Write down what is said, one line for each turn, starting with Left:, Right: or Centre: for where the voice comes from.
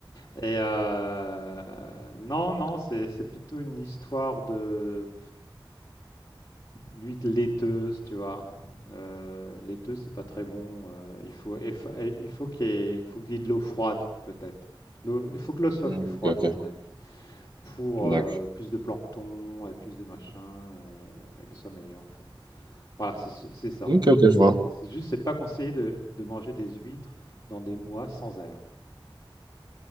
Left: Et euh, non, non, c'est c'est plutôt une histoire de l'huile laiteuse, tu vois. Euh, laiteuse, c'est pas très bon. Euh, il faut, il faut il faut qu'il y ait, il faut qu'il y ait de l'eau froide, peut-être. L'eau- Il faut que l'eau soit
Right: Mm,
Left: plus froide,
Right: Ok, ok,
Left: à mon avis, pour
Right: d'accord.
Left: euh, plus de plancton et plus de machin, euh, et qu'elle soit meilleure, en fait. Voilà, c'est c'est- c'est ça.
Right: Ok, ok, je vois.
Left: Et C'est c'est juste, c'est pas conseillé de, de manger des huîtres dans des mois sans air.